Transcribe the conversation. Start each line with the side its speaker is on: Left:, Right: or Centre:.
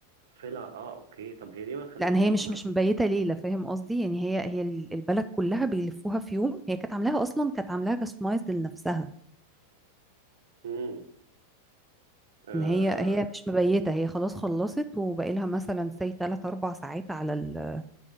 Right: سلع اه اوكي طب هي ليه ما خدت
Centre: لان هي
Right: ما,
Centre: مش
Right: ما
Centre: مش مبيته ليله فاهم قصدي يعني هي هي ال- البلد كلها بيلفوها في يوم هي كانت عاملاها اصلا كانت عاملاها كاستمايزد لنفسها
Right: امم آه
Centre: ان هي هي مش مبيته هي خلاص خلصت وباقي لها مثلا سي 3 4 ساعات على ال